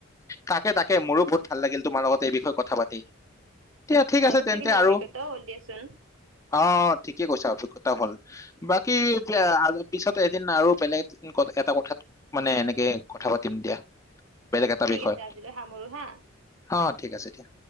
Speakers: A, on the left; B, on the right.
A: তাকে তাকে মোৰো বহুত ভাল লাগিল তোমাৰ লগত এই বিষয়ে কথা পাতি। এয়া ঠিক আছে
B: যথেষ্টখিনি
A: তেন্তে আৰু
B: অভিজ্ঞতাও হ'ল দিয়াচোন।
A: অ ঠিকে কৈছা অ। হল বাকী পিছত এদিন আৰু বেলেগ এটা কথাত মানে এনেকে। এ কথা পাতিম দিয়া। বেলেগ এটা
B: ঠিক
A: বিষয়ত
B: আছে আজিলৈ সামৰো হা।
A: অ ঠিক আছে দিয়া।